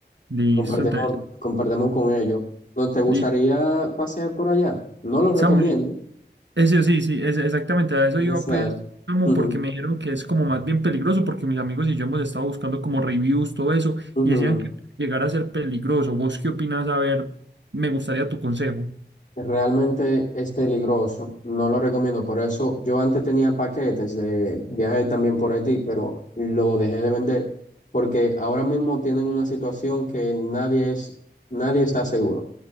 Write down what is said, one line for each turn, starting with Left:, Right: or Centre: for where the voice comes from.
Right: Listo,
Left: Compartimos,
Right: entonces,
Left: compartimos con ellos. ¿No te gustaría
Right: li-
Left: pasear por allá? No lo recomiendo.
Right: Samu,
Left: <laughs>
Right: Eso sí, sí, es, exactamente, a eso
Left: O
Right: iba
Left: sea,
Right: pues, como
Left: ujú,
Right: porque me dijeron que es como más bien peligroso, porque mis amigos y yo hemos estado buscando como reviews, todo eso,
Left: ujú.
Right: y decían que llegar a ser peligroso. ¿Vos qué opinas? A ver, me gustaría tu consejo.
Left: Realmente es peligroso. No lo recomiendo. Por eso yo antes tenía paquetes de viaje también por Haití, pero lo dejé de vender porque ahora mismo tienen una situación que nadie es, nadie está seguro.